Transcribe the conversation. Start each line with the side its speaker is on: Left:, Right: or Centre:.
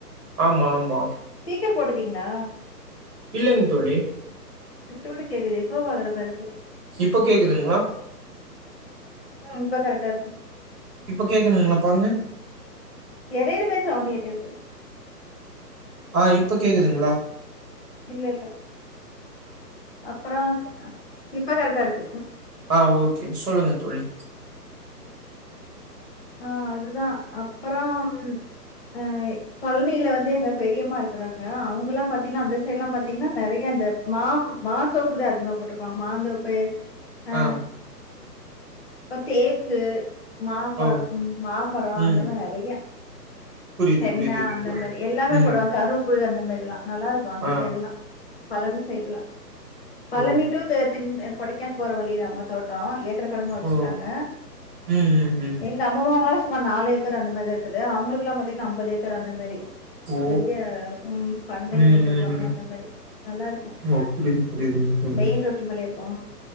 Right: ஆமா ஆமா
Left: ஸ்பீக்கர் போட்டுக்கீங்களா
Right: இல்லங் தோழி
Left: விட்டு விட்டு கேட்குது எக்கோ வாகுற பாரு
Right: இப்ப கேக்குதுங்களா
Left: ம் இப்ப கரட்டா இருக்கு
Right: இப்ப கேக்குதுங்களா பாருங்க
Left: எரையற மாறி சவுண்டு கேட்டுருக்கு
Right: ஆ இப்ப கேக்குதுங்ளா
Left: இல்ல இல்ல அப்றம் வந்து அ இப்ப கரெக்டா இருக்கு ம்
Right: ஆஹ் ஓகே சொல்லுங்க தோழி
Left: ஆ அதுதா அப்றம் அ பழனில வந்து எங்க பெரியம்மா இருக்குறாங்க அவங்கலாம் பாத்தீங்கனா அந்த சைட்லாம் பாத்தீங்கனா நெறய அந்த மா மாந்தோப்புதா அதிகமா போட்டிருப்பா மாந்தோப்பு அ
Right: ஆ
Left: இப்ப தேக்கு மாம்பழ
Right: ஓ
Left: ம் மாமரம்
Right: ம்
Left: அந்த மாரி நறைய
Right: புரியுது
Left: தென்ன
Right: புரியுதுங்
Left: அந்த
Right: தோழி
Left: மாரி எல்லாமே
Right: ம்
Left: போடுவாங் கரும் பு அந்த மாரில்லா நல்லா இருக்கும் அந்த
Right: ஆ
Left: சைடல்லாம் பழனி சைடல்லாம் பழனி
Right: ஓ
Left: டூ தேனீ தென் அ கொடைக்கானல் போற வழிதா அவங்க தோட்டம் ஏக்கர் கணக்குல வச்சுருக்காங்க
Right: ஓ ம் ம் ம்
Left: எங்க அம்மாமாவுலாம் சுமார் நாலு ஏக்கர் அந்த மாதி தான் இருக்குது அவுங்களுக்குல்லாம் பாத்தீங்கன்னா அம்பது ஏக்கர் அந்த மாதிரி
Right: ஓ
Left: பெரிய ம் பண்ணை
Right: ம் ம்
Left: சொல்லுவாங்களா
Right: ம்
Left: அந்த மாதிரி நல்லா இருக்கும்
Right: ஓ புரியுது புரியுதுங் தோழி
Left: மெயின் ரோட்டு மேலயே இருக்கும்